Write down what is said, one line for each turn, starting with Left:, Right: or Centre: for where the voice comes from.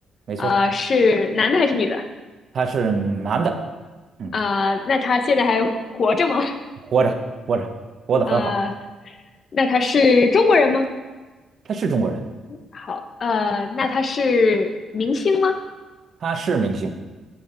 Right: 没错儿
Left: 呃，是男的还是女的？
Right: 他是男的。嗯。
Left: 啊，那他现在还活着吗？
Right: 活着，活着，活得很好。
Left: 啊，那他是中国人吗？
Right: 他是中国人，
Left: 好，呃，那他是明星吗？
Right: 他是明星，